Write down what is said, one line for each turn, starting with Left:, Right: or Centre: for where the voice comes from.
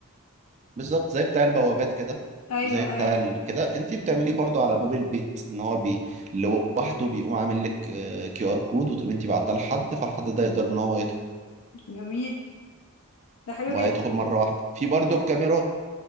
Right: بالظبط زي بتاع البوابات كده
Left: ايوه
Right: وزي بتاع
Left: ايوه
Right: ال- كده انت بتعمليه برضو على باب البيت ان هو بي... لوحده بيقوم عامل لك آه، كيو ار كود وتقوم انت بعتها لحد فالحد ده يقدر ان هو يدخل
Left: جميل ده حلو
Right: وهيدخل
Left: جدا
Right: مره واحده في برضو الكاميرات